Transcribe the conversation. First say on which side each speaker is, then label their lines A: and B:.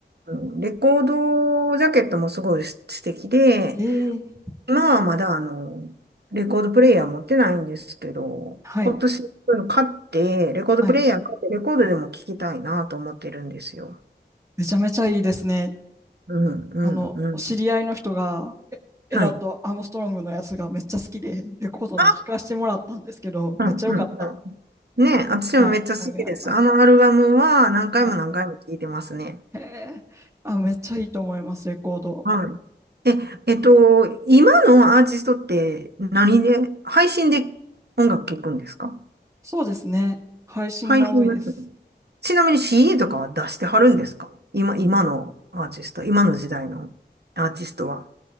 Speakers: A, on the right; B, on the right.
A: うんレコードジャケットもすごい素素敵で、
B: ええ、
A: 今はまだあの、レコードプレイヤー持ってないんですけど、
B: はい、
A: 今年そういうの買って、レコードプレイヤー買って、
B: はい。
A: レコードでも聞きたいなと思ってるんですよ。
B: めちゃめちゃいいですね。
A: うん、うん、
B: あの、
A: うん。
B: お知り合いの人が、エエラとアームストロングのやつがめっちゃ好きで、
A: はい。
B: レコードで聞かせてもらったんですけど、
A: あうんうん
B: めっちゃ良かった。
A: うん。ね、私もめっちゃ好きです。
B: はい、思い出があります。
A: あのアルバムは何回も何回も聴いてますね。
B: はい。へえ、あ、めっちゃいいと思います、レコード。
A: はい。え、えっと、今のアーティストって何で、配信で音楽聴くんですか
B: そうですね。配信が多いです。
A: 配信です。ちなみに CD とかは出してはるんですか今、今のアーティスト、今の時代のアーティストは。